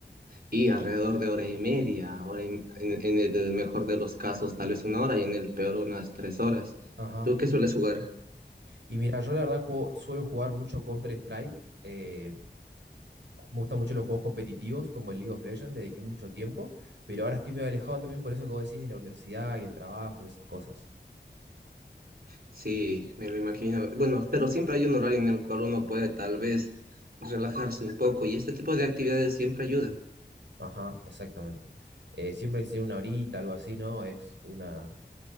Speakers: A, on the right (about 55°); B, on the right (about 85°).
A: Y alrededor de hora y media, hora y- en, en el mejor de los casos, tal vez una hora, y en el peor unas tres horas.
B: ajá,
A: ¿Tú qué sueles jugar?
B: Y mira, yo la verdad juego- suelo jugar mucho Counter-Strike. eh, Me gustan mucho los juegos competitivos, como el League of Legends, le dediqué mucho tiempo, pero ahora estoy medio alejado también por eso que vos decís de la universidad y el trabajo y esas cosas.
A: Sí, me lo imagino. Bueno, pero siempre hay un horario en el cual uno puede tal vez relajarse un poco y este tipo de actividades siempre ayuda.
B: Ajá, exactamente. Eh, siempre que tiene una horita, algo así, ¿no? Es una,